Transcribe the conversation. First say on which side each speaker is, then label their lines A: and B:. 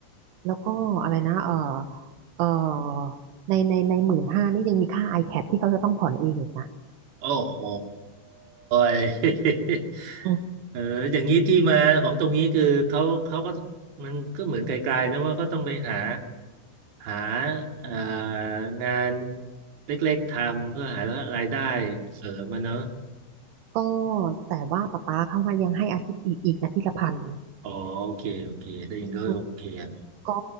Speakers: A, on the right; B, on the right.
A: แล้วก็อะไรนะเออเออในในในหมื่นห้านี่ยังมีค่า iPad ที่เขาจะต้องผ่อนเองอีกนะ
B: โอ้โหย <laughs>
A: อืม
B: เอออย่างนี้ที่มาของตรงนี้คือเขาเขาก็มันก็เหมือนไกลๆนะว่าเขาต้องไปหาหาเอ่องานเล็กๆทำเพื่อหารายได้เสริมมันเนาะ
A: ก็แต่ว่าป๊าป๊าเขายังให้อาทิตย์อีกอีกอาทิตย์ละพัน
B: อ๋อโอเคโอเคได้ยินก็โอเคอะ
A: อืมก็